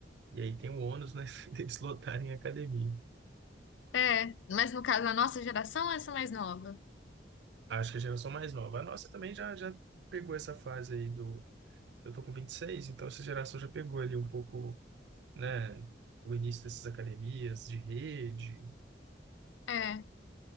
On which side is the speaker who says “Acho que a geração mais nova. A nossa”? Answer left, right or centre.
Right